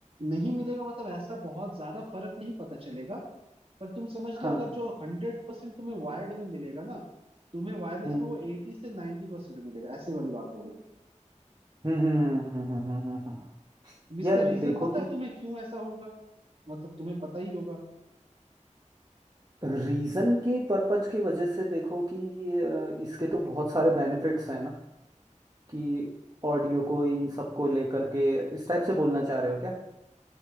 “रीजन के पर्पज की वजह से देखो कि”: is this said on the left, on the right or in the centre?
Right